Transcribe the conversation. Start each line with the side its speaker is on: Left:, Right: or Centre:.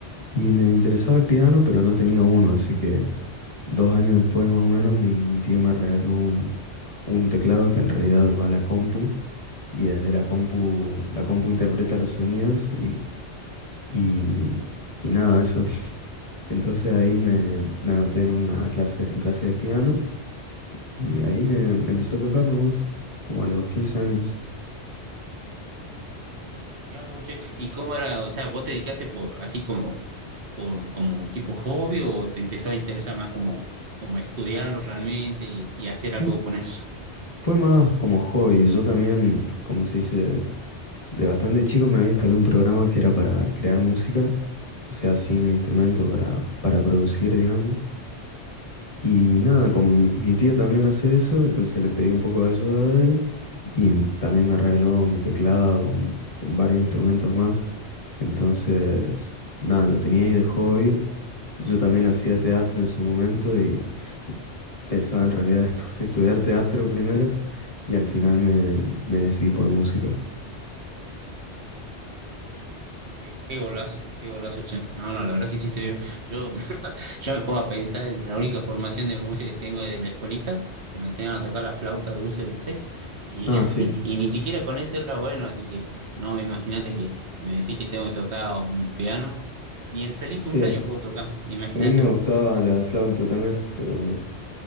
Left: y me interesaba el piano, pero no tenía uno, así que dos años después más o menos mi, mi tío me regaló un, un teclado que en realidad va a la compu, y desde la compu, la compu interpreta los sonidos y, y, y nada, eso. Entonces ahí me, me anoté en una clase, en clase de piano y ahí me empezó a tocar nomás, como a los 15 años.
Right: mirá vos, che, ¿y cómo era? O sea, ¿vos te dedicaste por, así como, por, como tipo hobby o te empezó a interesar más como, como estudiarlo realmente y, y hacer algo
Left: Mm,
Right: con eso?
Left: Fue más como hobby. Yo también, como se dice, de bastante chico me había instalado un programa que era para crear música, o sea, sin el instrumento, para, para producir, digamos. Y nada, como mi, mi tío también hace eso, entonces le pedí un poco de ayuda a él y también me regaló mi teclado, un- varios instrumentos más. Entonces, nada, lo tenía ahí de hobby. Yo también hacía teatro en su momento y pensaba en realidad estu- <laughs> estudiar teatro primero y al final me, me decidí por música.
Right: Qué qué golazo, qué golazo, che. No, no, la verdad es que hiciste bien. Yo <laughs> ya me pongo a pensar en la única formación de música que tengo de la escuelita, que nos enseñan a tocar la flauta dulce, ¿viste? Y,
Left: Ah,
Right: <laughs>
Left: sí,
Right: y ni siquiera con eso era bueno, así que no, imagínate que me decís que tengo que tocar un piano, ni el feliz
Left: sí,
Right: cumpleaños
Left: a
Right: puedo tocar, imagínate
Left: mí me
Right: vos.
Left: gustaba la flauta también, pero